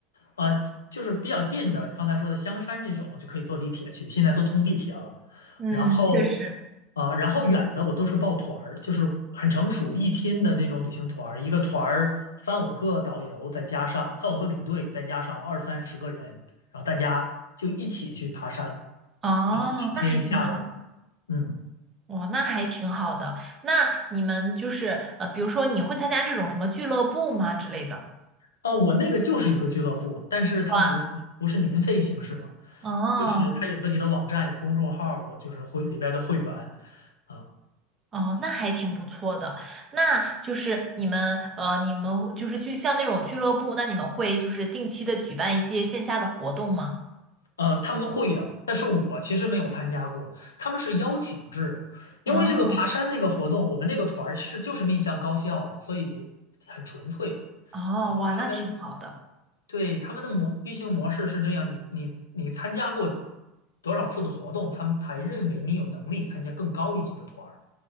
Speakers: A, on the left; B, on the right.
A: 啊，就是比较近的，刚才说的香山这种就可以坐地铁去，现在都通地铁了。
B: 嗯，
A: 然后
B: 确实。
A: 啊，然后远的我都是报团儿，就是很成熟一天的那种旅行团儿，一个团儿三五个导游，再加上三五个领队，再加上二三十个人，然后大家就一起去爬山。
B: 哦，
A: 啊，一整天下来，
B: 那还挺好的，
A: 嗯，
B: 哇，那还挺好的。那你们就是呃，比如说你会参加这种什么俱乐部吗之类的？
A: 啊，我那个就是一个俱乐部，但是它不是不是年费形式嘛，
B: 哇，哦
A: 就是它有自己的网站，有公众号我就是会里边的会员，啊，
B: 哦，那还挺不错的。那就是你们呃，你们就是去像那种俱乐部，那你们会就是定期的举办一些线下的活动吗？
A: 呃，他们会的，但是我其实没有参加过，他们是邀请制，因为这个爬山那个活动，
B: 哦
A: 我们那个团儿是就是面向高校的，所以很纯粹，
B: 哦，哇，那挺好的。
A: 他们对，他们的模运行模式是这样，你你你参加过多少次的活动，他们才认为你有能力参加更高一级的团儿。